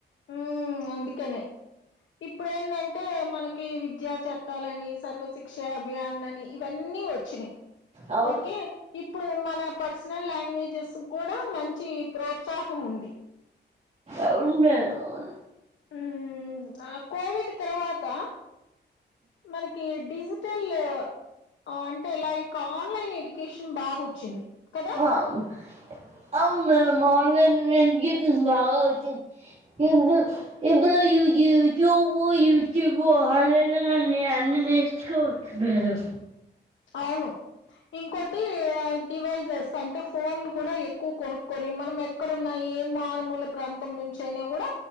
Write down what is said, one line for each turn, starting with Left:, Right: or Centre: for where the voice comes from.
Left: హ్మ్ అందుకనే ఇప్పుడ ఏంటంటే మనకి వి జ చె టలని సర్వశిక్ష అభియాన్ అని ఇవన్నీ వచ్చినాయి
Right: అవును
Left: ఓకే ఇప్పుడు మన పరిస్ వచ్చిన లాంగ్వేజ్ జుస్సుకు కూడా మంచి ప్రోత్సాహం ఉంది
Right: అవును మేడం అవును
Left: హ్మ్ మ్మ్ నా కోవిడ్ తర్వాత మనకి డిజి <unintelligible> అంటే లైక్ ఆన్లైన్ ఎడ్యుకేషన్ బాగా వచ్చింది కదా
Right: అవును అవును మేడమ్ ఆన్లైన్ఎడ్యుకేషన్స్ బాగా వచ్చింది ఇప్పుడు ఇప్పుడు యూ యూట్యూబు యూట్యూబు ఆన్లైన్ లోనే అన్నీ నేర్చుకోవచ్చు మేడం
Left: అవును ఇంకోటి అ డివైజెస్ అం అ ఫోన్లు కూడా ఎక్కువ కొనుక్కొని మనం ఎ ఎక్కడన్న ఏ మారుమూల ప్రాంతం నుంచి అయినా కూడా